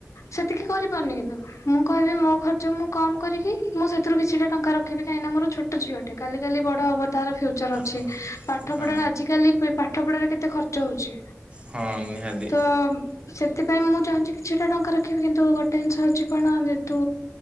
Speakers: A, on the left (about 85°); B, on the right (about 20°).
A: ସେତିକି କରିପାରୁନି କିନ୍ତୁ ମୁଁ କହିବି ମୋ ଖର୍ଚ୍ଚ ମୁଁ କମ କରିକି ମୁଁ ସେଥିରୁ କିଛିଟା ଟଙ୍କା ରଖ ପଖ ବି କାହିଁକ ନା ମୋର ଛୋଟ ଝିଅଟେ କାଲି କାଲି ବଡ଼ ହବ ତାର ଫ୍ୟୁଚର ଅଛି
B: ହଁ
A: ପାଠ
B: ହଁ
A: ପଢା ଆଜିକାଲି ବେ ପାଠ ପଢାରେ କେତେ ଖର୍ଚ୍ଚ ହଉଛି
B: ହଁ ନିହାତି
A: ତ ସେଥିପାଇଁ ମୁଁ ଚାହୁଁଛି କିଛିଟା ଟଙ୍କା ରଖିବି କିନ୍ତୁ ଗୋଟେ ଜିନିଷ ହଉଛି କଣ ଯେହେତୁ